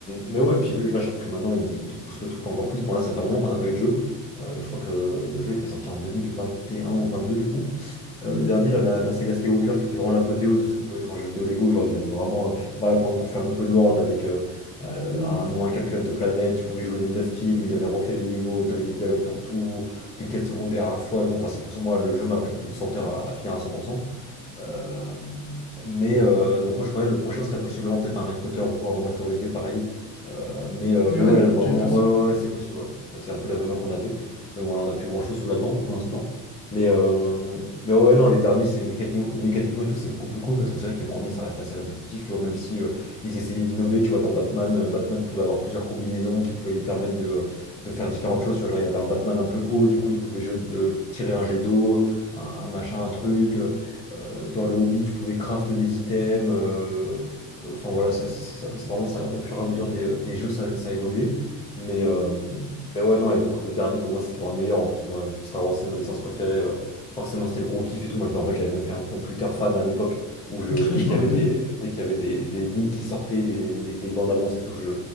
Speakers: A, on the left; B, on the left.
A: mais ouais, puis lui, là, je trouve que maintenant, il, il pousse le truc encore plus. Bon, là, ça fait un moment qu'on n'a pas eu de jeu. Euh, je crois que le jeu était sorti en 2021 ou 22 du coup. Euh,
B: Mm,
A: le dernier, là, la, la saga Skywalker, qui était vraiment l'apothéose de ce que pouvait être un jeu vidéo Lego. Genre, ils avaient vraiment, euh, bah, là, pour le coup, fait un open world avec euh, euh,
B: mm.
A: un nombre incalculable de planètes. Tu pouvais jouer les 9 films, ils avaient refait les niveaux, t'avais des dialogues pour tout, des quêtes secondaires à foison. Enfin, c'est pour ça, moi, le jeu m'a pris plus de 100 heures à, à finir à 100%. Euh, mais euh, donc, moi, je croyais le prochain serait possiblement peut-être un Harry Potter ou quoi, remasterisé pareil. Euh, mais, euh, mais
B: Ah
A: ouais,
B: ouais?
A: vraiment,
B: Je savais pas ça.
A: ouais, ouais, ouais, c'est possible, ouais. Enfin, C'est un peu les rumeurs qu'on avait.
B: <laughs>
A: Mais bon, là, on n'a plus grand-chose sous la dent pour l'instant. Mais, euh, mais ouais, ouais, non, les derniers, c'est mécaniquement, mécaniquement et tout, c'est beaucoup plus cool parce que c'est vrai que les premiers, ça reste assez répétitif, tu vois, même si euh, ils essayaient d'innover, tu vois, dans Batman, euh, Batman pouvait avoir plusieurs combinaisons qui pouvaient lui permettre de, de faire différentes choses, tu vois, genre il avait un Batman un peu haut, du coup, il pouvait je- de- tirer un jet d'eau, un, un machin, un truc. euh, euh, dans le Hobbit, tu pouvais craft des items. euh, euh, Enfin voilà, ça, ça- c'est ça- c'est vraiment ça. Au fur et à mesure des, euh, des jeux, ça, ça a évolué. Mais, euh, mais ouais, non. Et donc le dernier pour moi, c'était vraiment le meilleur. En plus, moi, vu que Star Wars c'est ma licence préférée, euh, forcément c'était le gros kiff et tout. Moi, je, en fait, j'avais même fait un compte Twitter fan à l'époque où je, dès
B: Je
A: qu'il y
B: me
A: avait
B: rappelle.
A: des, dès qu'il y avait des, des leaks qui sortaient, des, des, des bandes annonces et tout, je,